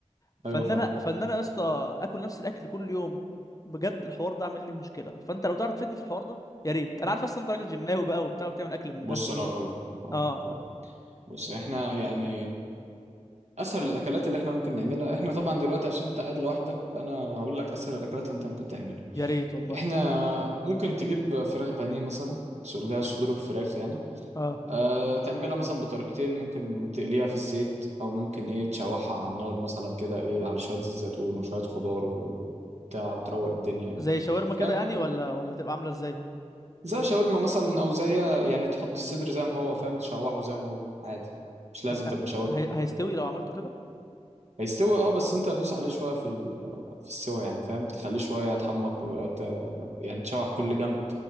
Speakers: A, on the left (about 30°); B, on the right (about 65°).
A: فان
B: ايوه فاهم
A: انا فان انا يا اسطى اكل نفس الاكل كل يوم بجد الحوار ده عامل لي مشكله فانت لو تعرف تفيدني في الحوار ده يا ريت انا عارف اصلا انت راجل جماوي بقى وبتاع وبتعمل اكل من
B: بص
A: ده كل
B: انا
A: يوم
B: اقول لك أقول
A: اه
B: لك- أقول لك. بص احنا يعني اسهل الاكلات اللي احنا ممكن نعملها احنا طبعا دلوقتي عشان انت قاعد لوحدك فانا هقول لك اسهل الاكلات اللي انت ممكن تعملها
A: يا ريت والله
B: احنا ممكن تجيب فراخ بانيه مثلا صدور- اللي هي صدور الفراخ يعني
A: اه
B: أه تعملها مثلا بطريقتين ممكن تقليها في الزيت او ممكن ايه تشوحها على النار مثلا كده ايه على شويه زيت زيتون وشويه خضار وبتاع وتروق الدنيا يعني
A: زي شاورما
B: فاهم
A: كده يعني ولا ولا تبقى عامله ازاي
B: زي شاورما مثلا او زي يعني تحط الصدر زي ما هو فاهم تشوحه زي ما هو عادي مش لازم
A: ه-
B: تبقى شاورما
A: هي- هيستوي لو عملته كده
B: هيستوي اه بس انت هتدوس عليه شويه في ال... في السوا يعني فاهم تخليه شويه يتحمر كل... ت... يعني تشوح كل جنب